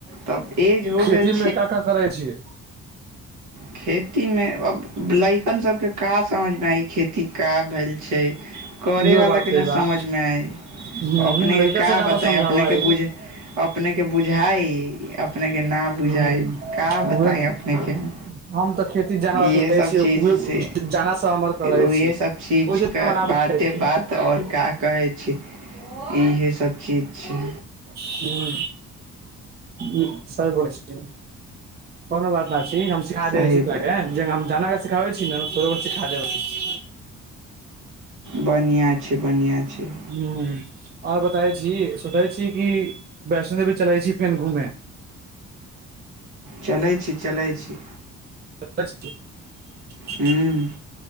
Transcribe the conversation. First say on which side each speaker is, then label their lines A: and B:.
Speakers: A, on the right (about 70°); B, on the right (about 35°).
A: तब एज हो
B: खेतीमे
A: गेल
B: का का करै छी
A: खेतीमे आब लड़कन सभके का समझमेइ खेती क भेल छै करैवलाके
B: इहो बात छै
A: नहि
B: बा
A: समझमे आइ
B: हूँ
A: अपनेके
B: लड़का
A: का
B: सबके आपस
A: बताइ
B: समझाबै
A: अपनेके बुझ अपनेके बुझाइ अपनेके न बुझाइ
B: हूँ
A: का बताइ
B: उहे नऽ
A: अपनेके हम
B: हम तऽ खेती जान रखले
A: इहेसभ
B: छी उहे
A: चीजसँ
B: जाना सँ हमर कले
A: इहेसभ
B: छी
A: चीज
B: ओहिसँ तऽ हमरा आबै
A: बाते
B: जाइ छी
A: बात आओर का कहै छी इहे सब चीज छै
B: हँ ई सहि बोले छीयै कोनो बात नहि छै। हम सिखा
A: सही
B: देबौ तोरा
A: बात
B: के। जे हम जानि कऽ सिखाबै छी ने, तोरो के सिखा देबौ।
A: बढ़ियाँ छै बढ़ियाँ छै
B: हूंम्म ओर बताबै छी सोचै छी कि वैष्णो देवी चलै छी फेर घूमे
A: चलै छी चलै छी
B: बै बछ <unintelligible>
A: हूँ